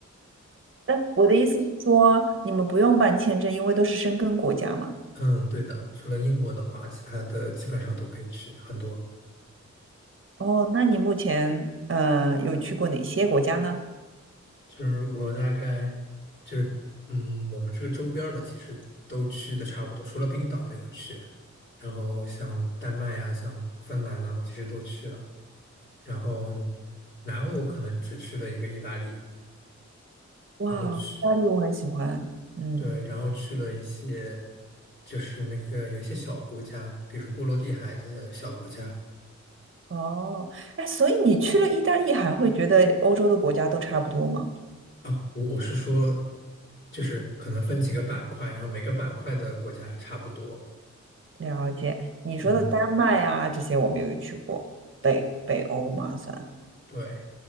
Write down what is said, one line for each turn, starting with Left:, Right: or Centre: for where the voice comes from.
Right: 那我的意思是说，你们不用办签证，因为都是申根国家嘛。
Left: 嗯，对的，除了英国的话，其他的基本上都可以去，很多。
Right: 哦，那你目前呃有去过哪些国家呢？
Left: 就是我大概就是，嗯，我们这个周边儿的其实都去的差不多，除了冰岛没有去。然后像丹麦啊，像芬兰呐、我其实都去了。然后南欧我可能只去了一个意大利，
Right: 哇，
Left: 然后去。
Right: 意大利我很喜欢。嗯，
Left: 对，然后去了一些，就是那个有一些小国家，比如说波罗的海的小国家
Right: 哦，哎，所以你去了意大利，还会觉得欧洲的国家都差不多吗？
Left: 啊，我我是说，就是可能分几个板块，然后每个板块的国家差不多，
Right: 了解，你说的丹麦啊，
Left: 嗯，
Right: 这些我没有去过，北北欧嘛算。
Left: 对，